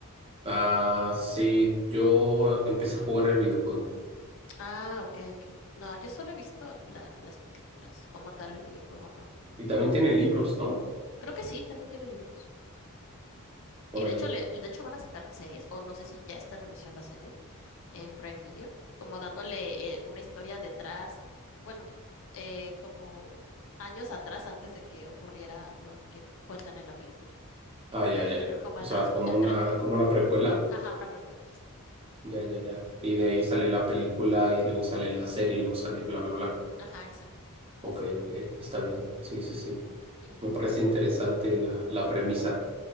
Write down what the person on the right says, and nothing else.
Ah, sí, yo empecé a jugar el videojuego.
Y también tiene libros, ¿no?
Por
ahí.
Ah, ya, ya, ya.
O
sea,
como
una,
como una precuela.
Ya, ya, ya. Y de ahí sale la película y luego sale la serie y luego sale bla, bla, bla.
Ok,
ok, está bien. Sí, sí, sí.
Me parece
interesante la, la premisa.